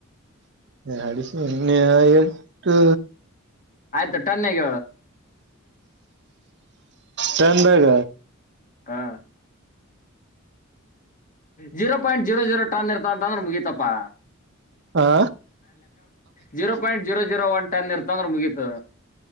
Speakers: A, on the right; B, on the left.
A: ಡೊನ್ನೆ ಎಟು
B: ಆಯ್ತು ಟನ್ನಾಗ
A: ಟೈಮ ಬಾಗ
B: ಹಾ zero point zero zero ton ಇರ್ತ ಅಂತ ಅಂದ್ರೆ ಮುಗಿತಪ್ಪಾ
A: ಆಾ
B: zero point zero zero one ton ಇರ್ತ ಅಂದ್ರ ಮುಗೀತು